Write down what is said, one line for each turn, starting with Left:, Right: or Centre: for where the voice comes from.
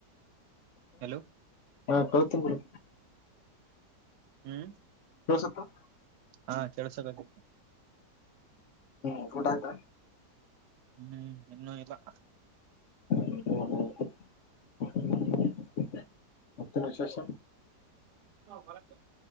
Right: ಹಲೋ.
Left: ಹಾ ಕೌತಿರುಂಬಿಡು
Right: ಹ್ಮ್
Left: ಕೇಳಸುತ್ತಾ
Right: ಹಾ ಕೆಳಸಕಗತತಿ
Left: ಹ್ಮ್ ಊಟ ಆಯ್ತಾ
Right: ಹ್ಮ್ ಇನ್ನೂ ಇಲ್ಲ.
Left: <unintelligible> ಮತ್ತ ಏನ ವಿಶೇಷ.
Right: ಭರತ.